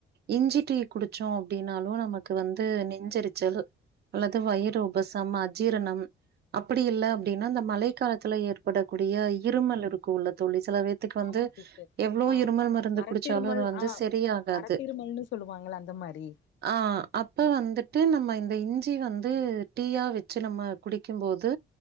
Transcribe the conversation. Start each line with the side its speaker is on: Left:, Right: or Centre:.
Right: இஞ்சி டீ குடிச்சோ அப்டின்னாலு நமக்கு வந்து நெஞ்செரிச்சல் அல்லது வயி று உபசம் அஜீரணம் அப்படி இல்ல அப்டின்னா இந்த மழை காலத்துல ஏற்படக்கூடிய இருமல் இருக்கூ இல்ல தோழி சிலபே த்துக்கு வந்து
Left: ஆமாங்க சிஸ்டர்
Right: எவ்ளோ
Left: ஆ
Right: இருமல் மருந்து
Left: வரத்திருமல்
Right: குடிச்சாலு அது வந்து
Left: ஆ
Right: சரியாகாது
Left: வரத்திருமல்னு சொல்லுவாங்கள அந்த மாரி
Right: ஆ அப்ப வந்துட்டு நம்ம இந்த இஞ்சி வந்து டீயா வச்சு நம்ம குடிக்கும்போது